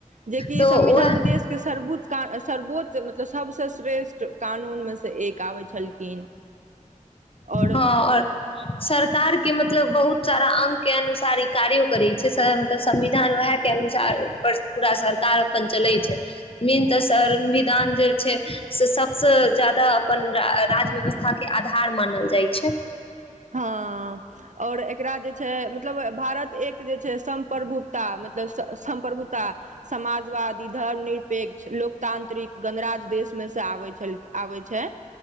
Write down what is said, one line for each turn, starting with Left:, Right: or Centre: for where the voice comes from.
Right: जे कि
Left: तऽ
Right: संविधान
Left: ओह
Right: देशके सर्वोच्च था सर्वोच्च से सबसे श्रेष्ठ कानूनमे से एक आबै छलखिन। आओर
Left: हां, और सरकार के के मतलब बहुत सारा अंग के अनुसार इ कार्य करै छै मतलब संविधान वैह के अनुसार पर पूरा सरकार अपन चले छै, मेन त संविधान जे छै से सबसे जादा अपन राजव्यवस्था के आधार मानल दैत छै।
Right: हां, और एकरा जे मतलब भारत एक जे छै सम्प्रभुता मतलब सम्प्रभुता समाजवादी धर्मनिरपेक्ष, लोकतांत्रिक गणराज्य देशमे से आबै छल आबै छै।